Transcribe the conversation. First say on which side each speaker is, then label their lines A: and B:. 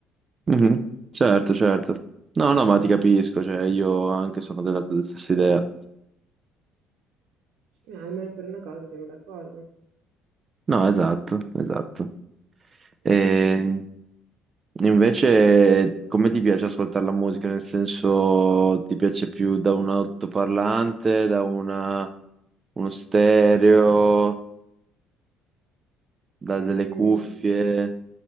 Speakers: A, on the right; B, on the right.
A: Mhm,
B: Mm, mm.
A: Certo, certo. No, no, ma ti capisco, cioè, io anche sono della tua stessa idea.
B: Eh, almeno per una cosa siamo d'accordo.
A: No, esatto, esatto. Ehm,
B: Mm,
A: Invece, come ti piace ascoltare la musica? Nel senso, ti piace più da un altoparlante, da una- uno stereo, da
B: mm.
A: delle cuffie?